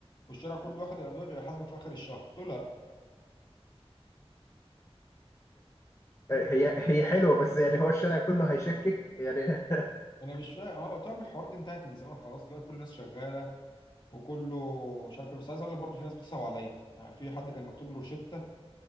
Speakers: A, on the left; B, on the left.
A: والشارع كله واخد الادويه بيبقى يحاسبك في اخر الشهر قلت له لا
B: هي هي حلوه بس يعني هو الشارع كله هيشكك يعني
A: انا مش فاهم اه قلت لهم الحوار ده انتهت من زمان خلاص دلوقتي كل الناس شغاله وكله مش عارف إيه. بس عايز اقول لك برضه في ناس بتصعب عليا يعني في حد كان مكتوب له روشته